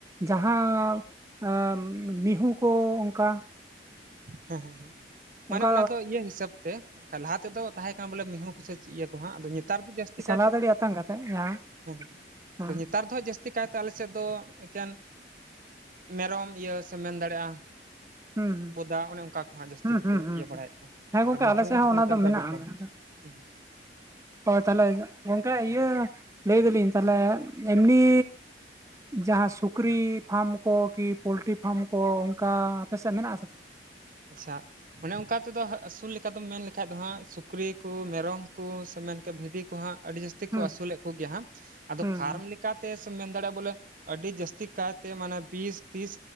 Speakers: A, on the right; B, on the right.
A: ᱡᱟᱦᱟᱸ ᱮᱸ ᱢᱤᱦᱩ ᱠᱚ ᱚᱝᱠᱟ
B: ᱦᱮᱸ ᱦᱮᱸ ᱦᱮᱸ ᱢᱟᱱᱮ
A: ᱚᱱᱠᱟ
B: ᱚᱱᱟ ᱫᱚ ᱤᱭᱟᱹ ᱦᱤᱥᱟᱹᱵ ᱛᱮ ᱠᱟᱞᱦᱟᱛ ᱛᱮᱫᱚ ᱛᱟᱦᱮᱸ ᱠᱟᱱᱟ ᱵᱚᱞᱮ ᱢᱤᱦᱩ ᱠᱚ ᱥᱮ ᱪᱮ ᱤᱭᱟᱹ ᱠᱚ ᱦᱟᱸᱜ ᱟᱫᱚ ᱱᱮᱛᱟᱨ ᱫᱚ ᱡᱟᱹᱥᱛᱤ ᱠᱟᱭ
A: ᱞᱟ ᱫᱟᱹᱲᱤ ᱟᱛᱟᱝ ᱠᱟᱛᱮᱜ ᱡᱟᱦᱟᱸ
B: ᱦᱮᱸ
A: ᱦᱮᱸ
B: ᱟᱫᱚ ᱧᱮᱛᱟᱨ ᱦᱚᱸ ᱡᱟᱹᱥᱛᱤ ᱠᱟᱭᱛᱮ ᱟᱞᱮ ᱥᱮᱜ ᱫᱚ ᱮᱠᱮᱱ ᱢᱮᱨᱚᱢ ᱤᱭᱟᱹ ᱥᱮᱢ ᱢᱮᱱ ᱫᱟᱲᱮᱜᱼᱟ
A: ᱦᱩᱸ ᱦᱩᱸ
B: ᱚᱱᱮ ᱚᱱᱠᱟ ᱠᱚ ᱦᱟᱸᱜ ᱡᱟᱹᱥᱛᱤ ᱫᱚᱠᱚ
A: ᱦᱩᱸ ᱦᱩᱸ ᱦᱩᱸ
B: ᱤᱭᱟᱹ ᱵᱟᱲᱟᱭᱮᱜ ᱠᱚᱣᱟ
A: ᱦᱮᱸ ᱜᱚᱝᱠᱮ
B: ᱟᱫᱚ ᱢᱤᱦᱩ
A: ᱟᱞᱮ ᱥᱮᱫ ᱦᱚᱸ
B: ᱥᱮ
A: ᱚᱱᱟ
B: ᱧᱮᱛᱟᱨ ᱫᱚ
A: ᱢᱮᱱᱟᱜᱼᱟ
B: ᱟᱹᱰᱤ ᱠᱚᱢ
A: ᱢᱮᱱᱟᱜ ᱫᱚ
B: ᱾ ᱦᱩᱸ <inaudible>
A: ᱚ ᱛᱟᱦᱞᱮ <inaudible> ᱜᱚᱝᱠᱮ ᱤᱭᱟᱹ ᱞᱟᱹᱭ ᱫᱟᱞᱤᱧ ᱛᱟᱦᱞᱮ ᱮᱢᱱᱤ ᱡᱟᱦᱟᱸ ᱥᱩᱠᱨᱤ ᱯᱷᱟᱢ ᱠᱚ ᱠᱤ ᱯᱳᱞᱴᱤ ᱯᱷᱟᱢ ᱠᱚ ᱚᱝᱠᱟ ᱟᱯᱮ ᱥᱮᱜ ᱢᱮᱱᱟᱜᱼᱟ ᱥᱮ ᱵᱟᱝ?
B: ᱟᱪᱪᱷᱟ ᱚᱱᱮ ᱚᱝᱠᱟ ᱛᱮᱫᱚ ᱟᱹᱥᱩᱞ ᱞᱮᱠᱟ ᱫᱚᱢ ᱢᱮᱱ ᱞᱮᱠᱷᱟᱡ ᱫᱚ ᱦᱟᱸᱜ ᱥᱩᱠᱨᱤ ᱠᱚ ᱢᱮᱨᱚᱢ ᱠᱚ ᱥᱮ ᱢᱮᱱ ᱵᱷᱤᱰᱤ ᱠᱚ ᱦᱟᱸᱜ ᱟᱹᱰᱤ ᱡᱟᱹᱥ ᱛᱮᱠᱚ
A: ᱦᱩᱸ
B: ᱟᱹᱥᱩᱞᱮᱜ ᱠᱚᱜᱮᱭᱟ ᱦᱟᱸᱜ, ᱟᱫᱚ
A: ᱦᱩᱸ
B: ᱯᱷᱟᱨᱢ ᱞᱮᱠᱟ ᱛᱮ ᱥᱮᱢ ᱢᱮᱱ ᱫᱟᱲᱮᱜᱼᱟ ᱵᱚᱞᱮ ᱟᱹᱰᱤ ᱡᱟᱹᱥᱛᱤ ᱠᱟᱭᱛᱮ ᱢᱟᱱᱮ ᱵᱤᱥ ᱛᱤᱥ